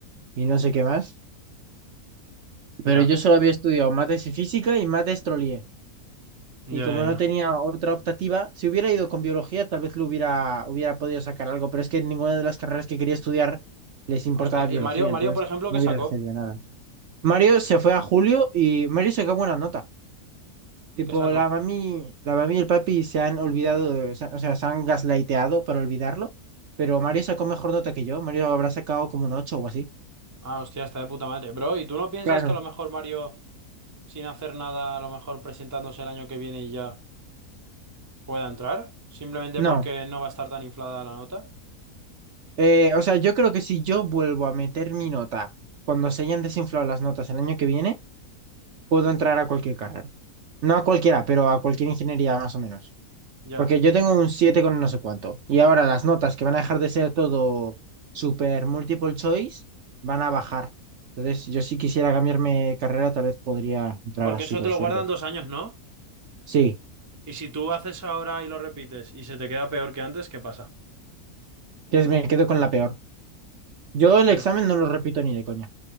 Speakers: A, on the right; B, on the right.
A: y no sé qué más. Pero
B: Ya,
A: yo solo había estudiado mates y física y mates trolié.
B: ya,
A: Y como
B: ya.
A: no tenía otra optativa, si hubiera ido con biología, tal vez lo hubiera, hubiera podido sacar algo, pero es que en ninguna de las carreras que quería estudiar les importaba
B: Hostia,
A: biología,
B: y Mario, Mario,
A: entonces
B: por ejemplo,
A: no
B: ¿qué
A: hubiera
B: sacó?
A: recibido nada. Mario se fue a Julio y Mario sacó buena nota. Tipo,
B: ¿Qué sacó?
A: la mami, la mami y el papi se han olvidado, de- se- o sea, se han gaslighteado para olvidarlo, pero Mario
B: Ujú.
A: sacó mejor nota que yo. Mario habrá sacado como un 8 o así.
B: Ah, hostia, está de puta madre. Bro, ¿y tú no piensas
A: Claro.
B: que a lo mejor Mario, sin hacer nada, a lo mejor presentándose el año que viene y ya pueda entrar? Simplemente
A: No.
B: porque no va a estar tan inflada la nota.
A: Eh, o sea, yo creo que si yo vuelvo a meter mi nota cuando se hayan desinflado las notas el año que viene, puedo entrar a cualquier carrera. No a cualquiera, pero a cualquier ingeniería más o menos.
B: Ya.
A: Porque yo tengo un 7 con no sé cuánto. Y ahora las notas que van a dejar de ser todo super multiple choice van a bajar. Entonces, yo si quisiera cambiarme de carrera, tal vez podría entrar
B: Porque
A: así
B: eso
A: con
B: te
A: suerte.
B: lo guardan dos años, ¿no?
A: Sí,
B: Y si tú haces ahora y lo repites y se te queda peor que antes, ¿qué pasa?
A: que me quedo con la peor. Yo el examen
B: Uf.
A: no lo repito ni de coña.